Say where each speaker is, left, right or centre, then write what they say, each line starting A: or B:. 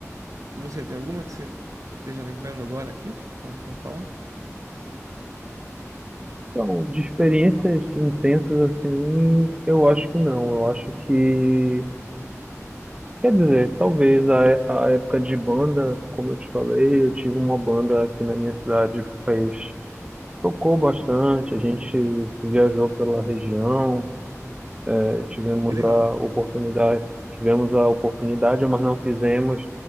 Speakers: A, on the right; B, on the right.
A: E você, tem alguma que você esteja lembrando agora aqui pra, pra falar?
B: Então, de experiências intensas assim, eu acho que não. Eu acho que, quer dizer, talvez a, é- a época de banda, como eu te falei, eu tive uma banda aqui na minha cidade fez tocou bastante, a gente viajou pela região, eh, tivemos
A: Que legal.
B: a oportunidade, tivemos a oportunidade, mas não fizemos